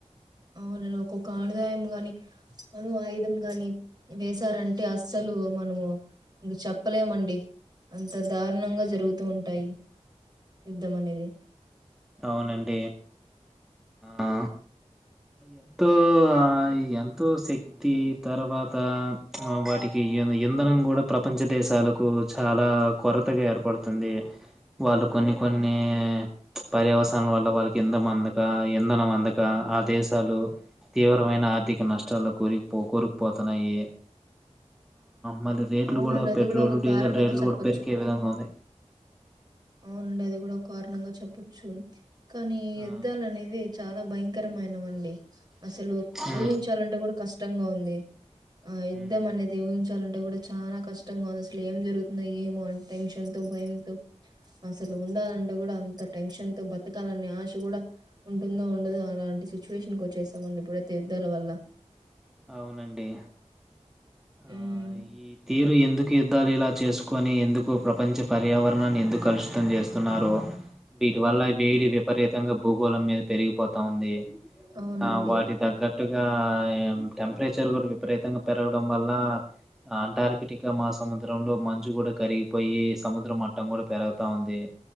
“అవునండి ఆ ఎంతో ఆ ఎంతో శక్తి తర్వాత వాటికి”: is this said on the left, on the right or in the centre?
Centre